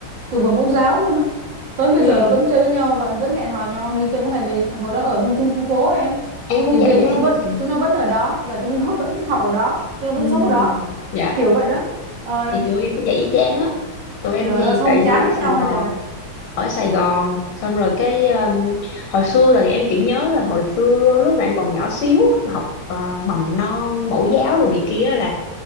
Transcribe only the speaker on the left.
Ừ.
em cũng
vậy
nè
em
cũng vậy nè
Ừ.
dạ
thì tụi em cũng vậy y chang á
tụi em
thì
tại
vì
ở Sài
Gòn
ở Sài Gòn xong rồi cái ờ, hồi xưa là em chỉ nhớ là hồi xưa lúc mà em còn nhỏ xíu học ờ, mầm non mẫu giáo đồ này kia là